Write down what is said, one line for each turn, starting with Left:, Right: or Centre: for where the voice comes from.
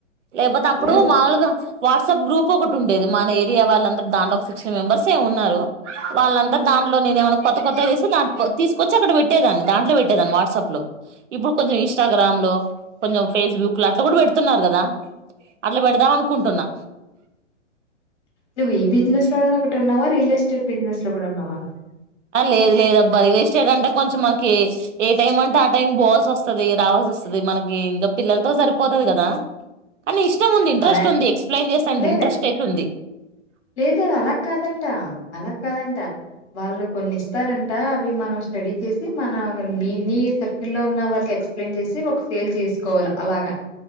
Right: లేకపోతే అప్పుడు
Left: ఎలా
Right: మామూలుగా వాస్ ట్సప్ గ్రూప్ ఒకటి ఉండేది మన ఏరియా వాళ్ళందూ దాంట్లో ఒక సిక్స్టీన్ మెంబర్స్ ఏమో ఉన్నారు వాళ్ళందరు దాంట్లో నేను ఏమ కొత్త కొత్త వస్తే దా తీసుకొచ్చి అక్కడ పెట్టేదాన్ని దాంట్లో పెట్టేదాన్ని వాట్సాప్ లో ఇప్పుడు కొంచెం ఇంస్టా గ్రామ్ లో కొంచెం ఫేస్బుక్ లో అలా కూడా పెట్ తున్నారు కదా అట్లా పెడదాం అనుకుంటున్నా
Left: నువ్వు ఈ బిజినెస్ లో ఒకటి రియల్ ఎస్టేట్ బిజినెస్ లో కూడా ఉన్నావా
Right: అ లేదు లేదు బరిలే స్టేట్ అంటే కొంచెం మనకి ఏ టైమ్ అంటే ఆ టైం పోవాల్సి వస్తది రావాల్సి వస్తది మనకి ఇంకా పిల్లలతో సరిపోతది కదా కానీ ఇష్టం ఉంది ఇంట్రెస్ట్
Left: అలా
Right: ఉంది ఎక్స్ప్లెయిన్ చేస్తే
Left: లేలే
Right: ఇంట్రెస్ట్ అయితే ఉంది
Left: లేదు లేదు అలా కాదంట అలా కాదంట వాళ్ళు కొన్ని ఇస్తారంట అవి మనం స్టడీ చేసి మన మె ఎన్ని సర్కిల్ల్లో ఉన్న వాళ్ళకి ఎక్స్ప్లెయిన్ చేసి ఒక ఫెయిల్ చేసుకోవాలి అలాగా